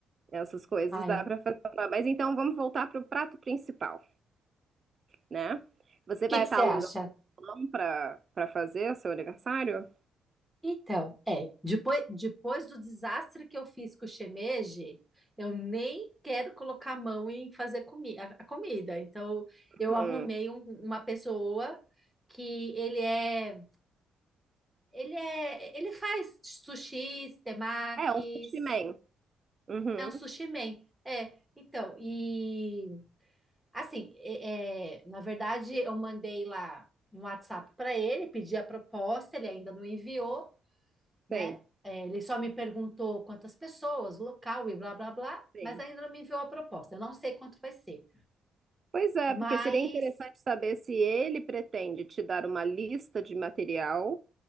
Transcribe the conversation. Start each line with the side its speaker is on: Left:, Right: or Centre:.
Right: Essas coisas
Centre: Ai,
Right: dá pra
Centre: o
Right: fazer. lá. Mas então vamos voltar pro prato principal. né? Você
Centre: que
Right: vai
Centre: que
Right: estar
Centre: você
Right: alugando
Centre: acha?
Right: um salão para para fazer seu aniversário?
Centre: Então, é, depois, depois do desastre que eu fiz com o shimeji, eu nem quero colocar a mão em fazer comi a, a comida. Então, eu
Right: Uhum.
Centre: arrumei um- uma pessoa que ele é, ele é, ele faz sushis, temakis,
Right: É, um sushi man. Uhum.
Centre: é um sushi man. É, então, e assim, é, é, na verdade, eu mandei lá um WhatsApp para ele, pedi a proposta, ele ainda não enviou. né?
Right: Sim,
Centre: É, ele só me perguntou quantas pessoas, local e blá blá blá,
Right: sim.
Centre: mas ainda não me enviou a proposta. Eu não sei quanto vai ser,
Right: Pois é,
Centre: mas
Right: porque seria interessante saber se ele pretende te dar uma lista de material,